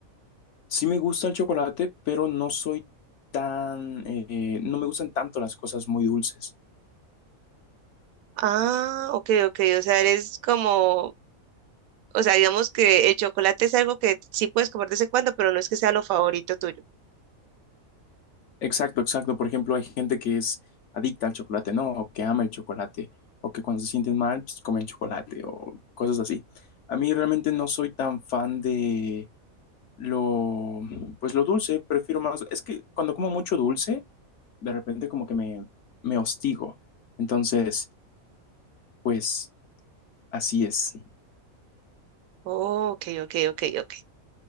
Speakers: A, on the left (about 65°); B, on the right (about 80°).
A: sí me gusta el chocolate, pero no soy tan, eh, no me gustan tanto las cosas muy dulces.
B: Ah, ok, ok. O sea, eres como, o sea, digamos que el chocolate es algo que sí puedes comer de vez en cuando, pero no es que sea lo favorito tuyo.
A: Exacto, exacto. Por ejemplo, hay gente que es adicta al chocolate, ¿no? O que ama el chocolate, o que cuando se sienten mal, pues comen chocolate, o cosas así. A mí realmente no soy tan fan de, lo, pues lo dulce, prefiero más, es que cuando como mucho dulce, de repente como que me, me hostigo. Entonces, pues así es.
B: Oh, ok, ok, ok, ok.